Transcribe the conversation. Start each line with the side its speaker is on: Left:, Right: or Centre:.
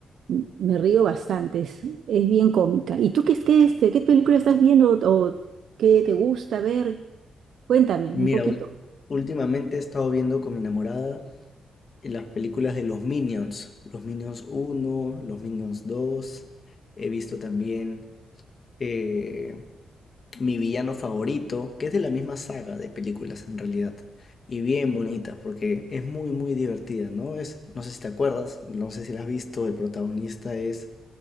Right: m- me río bastante, es, es bien cómica. ¿Y tú qué es que este, qué película estás viendo o qué te gusta ver? Cuéntame
Left: Mira,
Right: un poquito.
Left: ul- últimamente he estado viendo con mi enamorada eh, las películas de los Minions, los Minions uno, los Minions dos. He visto también eh, mi villano favorito, que es de la misma saga de películas en realidad, y bien bonitas porque es muy, muy divertida, ¿no? Es, no sé si te acuerdas, no sé si la has visto, el protagonista es